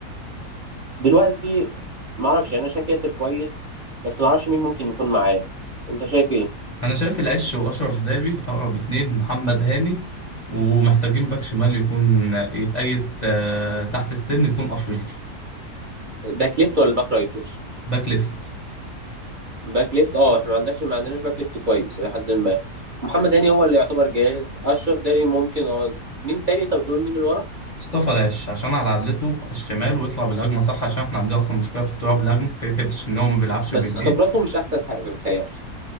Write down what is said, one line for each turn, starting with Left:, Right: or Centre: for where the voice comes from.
Right: دلوقتي ما اعرفش يعني انا شايف ياسر كويس بس ما اعرفش مين ممكن يكون معاه انت شايف ايه
Left: انا شايف العش واشرف داري اقرب اتنين محمد هاني ومحتاجين باك شمال يكون يتأيد آه، تحت السن يكون افريقي
Right: باك ليفت ولا باك رايت تقصد
Left: باك ليفت
Right: باك ليفت اه احنا ما عندناش ما عندناش باك ليفت كويس الى حد ما محمد هاني هو اللي يعتبر جاهز اشرف داني ممكن اه مين تاني انت بتقول مين اللي ورا
Left: مصطفى العش عشان على عدلته على الشمال ويطلع بالهجمه صح عشان احنا عندنا اصلا مشكله في الطلوع بالهجمه كده كده ان هو ما بيلعبش
Right: بس
Left: برجليه
Right: خبراته مش احسن حاجه متهيألي